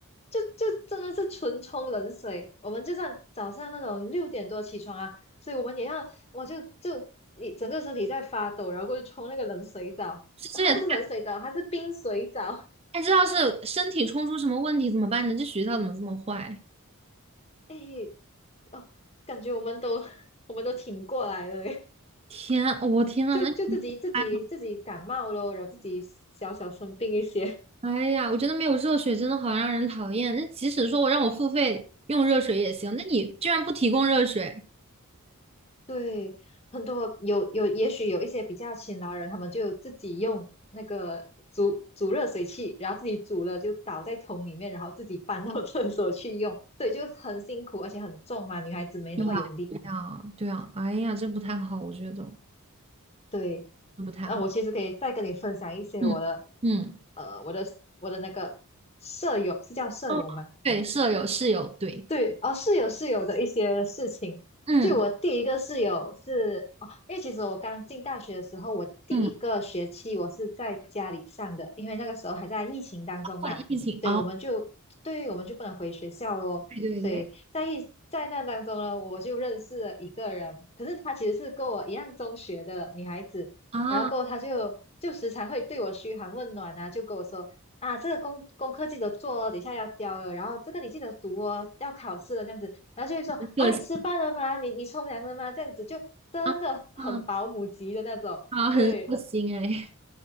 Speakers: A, on the left (about 30°); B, on the right (about 25°).
A: 就就真的是纯冲冷水。我们就算早上那种六点多起床啊，所以我们也要，我就就一整个身体在发抖，然后过去冲那个冷水澡。
B: 这这也太……
A: 它不是冷水澡，它是冰水澡。<laughs>
B: 哎，这要是身体冲出什么问题怎么办呢？这学校怎么这么坏？
A: 诶，哦，感觉我们都 <laughs> 我们都挺过来了，诶。
B: 天，我、天呐，
A: 就就自己自己自己感冒咯，
B: 那你哎
A: 然后自己小小生病一些。
B: 哎呀，我觉得没有热水真的好让人讨厌。那即使说我让我付费用热水也行，那你居然不提供热水？
A: <laughs> 对，很多有有，也许有一些比较勤劳人，他们就自己用那个煮煮热水器，然后自己煮了就倒在桶里面，然后自己搬到 <laughs> 厕所去用，所以就很辛苦，而且很重嘛，女孩子没那么有力。
B: 对呀，对呀，对呀，哎呀，这不太好，我觉得
A: 对，
B: 这不太好。
A: 那我其实可以再跟你分享一些我的，
B: 嗯嗯。
A: 呃，我的我的那个舍友是叫舍友吗？
B: 哦，对，舍友、室友，对，
A: 对，哦，室友室友的一些事情。
B: 嗯
A: 就我第一个室友是哦，因为其实我刚进大学的时候，我第一个学期我是在家里上的，
B: 嗯，
A: 因为那个时候还在疫情当中嘛，
B: 或者疫情哦，
A: 所以我们就对，于我们就不能回学校咯。
B: 对对对，
A: 所以在疫在那当中呢，我就认识了一个人，可是她其实是跟我一样中学的女孩子，
B: 啊，
A: 然后过后她就就时常会对我嘘寒问暖啊，
B: 哦
A: 就跟我说，啊，这个功功课记得做哦，等一下要交了，然后这个你记得读哦，要考试了这样子，然后就会说啊，
B: 很热心
A: 你吃饭了吗？你你冲凉了吗？这样子就真的很保姆级的那种，
B: 啊啊啊，
A: 对
B: 很热心哎，